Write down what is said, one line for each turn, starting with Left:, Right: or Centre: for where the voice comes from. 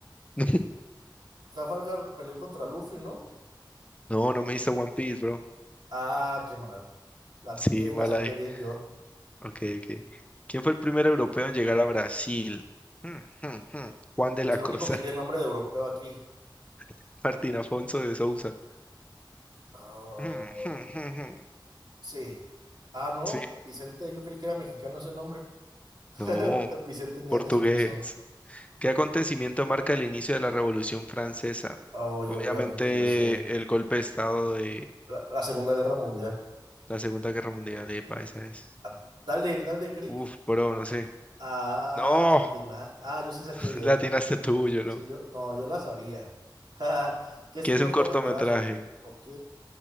Left: <laughs>
Right: Trafalgar peleó contra Luffy, ¿no?
Left: No, no me hizo One Piece, bro.
Right: Ah, qué mal. La,
Left: Sí,
Right: ti- eh, la
Left: mal
Right: saqué
Left: ahí.
Right: bien yo.
Left: Ok, ok. ¿Quién fue el primer europeo en llegar a Brasil? Hmm, hmm, hmm. Juan de
Right: Pues
Left: la
Right: el
Left: Cosa.
Right: único que tiene nombre de europeo aquí.
Left: <laughs> Martín Afonso de Sousa.
Right: Ah,
Left: Hmm, hmm, hmm, hmm.
Right: sí. Ah, no.
Left: Sí.
Right: Vicente, yo creí que era mexicano ese nombre. <laughs>
Left: No,
Right: Vicente Ñañez
Left: portugués.
Right: Pinzón.
Left: ¿Qué acontecimiento marca el inicio de la Revolución Francesa?
Right: Oh, yo
Left: Obviamente
Right: obviamente yo sé.
Left: el golpe de estado de
Right: La, la Segunda Guerra Mundial.
Left: la Segunda Guerra Mundial, epa, esa es.
Right: Ah, Dale, dale clic.
Left: Uf, bro, no sé.
Right: Ah,
Left: No,
Right: Latina. Ah, yo sí saqué
Left: <laughs>
Right: bien.
Left: la atinaste tú, yo no.
Right: Sí, yo, no, yo la sabía. <laughs> Que es
Left: ¿Qué
Right: un
Left: es
Right: cortometraje?
Left: un cortometraje?
Right: Ok.